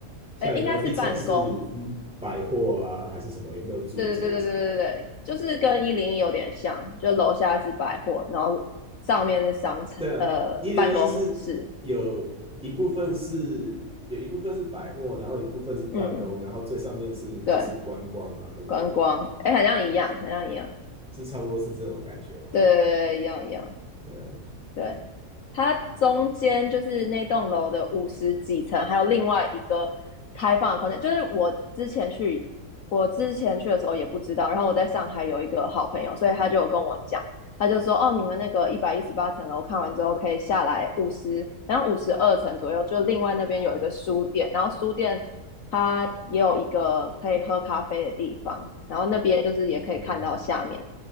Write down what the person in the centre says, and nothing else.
像有没有一层是嗯百货啊，
还是什么？有没有住家什么的？
的一零一是有一部分是有一部分是百货，
然后一部分是办公，
然后最上面是就是观光嘛，
对不对？
是差不多是这种感觉吗？
嗯
嗯，